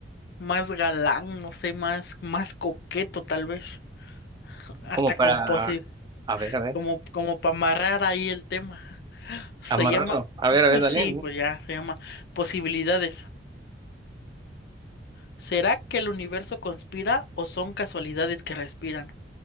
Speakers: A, on the left (about 60°); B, on the right (about 25°).
A: más galán, no sé, más, más coqueto tal vez, hasta
B: Como para,
A: composi,
B: a ver, a ver,
A: como, como para amarrar ahí el tema. Se
B: amarrarlo.
A: llama,
B: A ver,
A: <laughs>
B: a ver, dale.
A: sí, pues ya, se llama Posibilidades. ¿Será que el universo conspira o son casualidades que respiran?